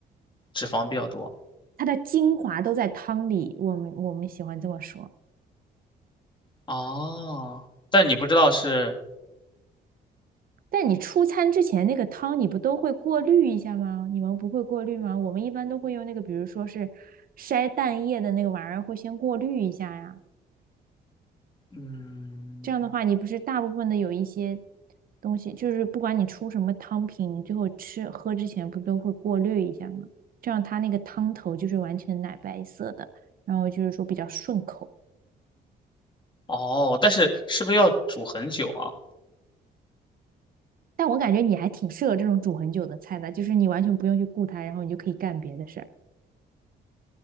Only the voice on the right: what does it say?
它的精华都在汤里。我们我们喜欢这么说。
但你出餐之前那个汤，你不都会过滤一下吗？你们不会过滤吗？我们一般都会用那个，比如说是筛蛋液的那个玩意儿，会先过滤一下呀。
这样的话，你不是大部分的有一些东西，就是不管你出什么汤品，你最后吃喝之前不都会过滤一下吗？这样它那个汤头就是完全奶白色的，然后就是说比较顺口。
但我感觉你还挺适合这种煮很久的菜的，就是你完全不用去顾它，然后你就可以干别的事儿。